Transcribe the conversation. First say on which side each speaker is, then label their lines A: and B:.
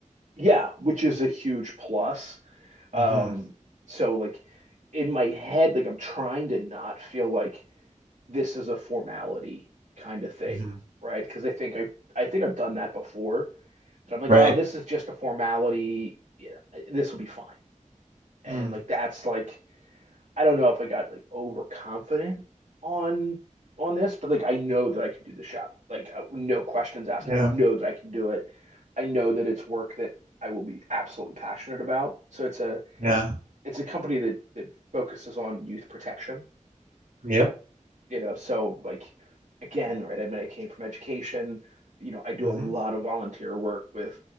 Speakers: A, on the right (about 70°); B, on the right (about 85°).
A: yeah, which is a huge plus. Um,
B: Mhm,
A: so like in my head, like I'm trying to not feel like this is a formality kind of thing,
B: mhm.
A: right? Because I think I I think I've done that before. That I'm like,
B: Right.
A: oh, this is just a formality. You know, this will be fine. And
B: Mm,
A: like that's like I don't know if I got like overconfident on on this, but like I know that I can do the job. Like uh, no questions asked.
B: yeah,
A: I know that I can do it. I know that it's work that I will be absolutely passionate about. So it's a
B: yeah,
A: it's a company that that focuses on youth protection.
B: yep.
A: You know, so like again, right? I mean, I came from education. You know, I do
B: Mhm.
A: a lot of volunteer work with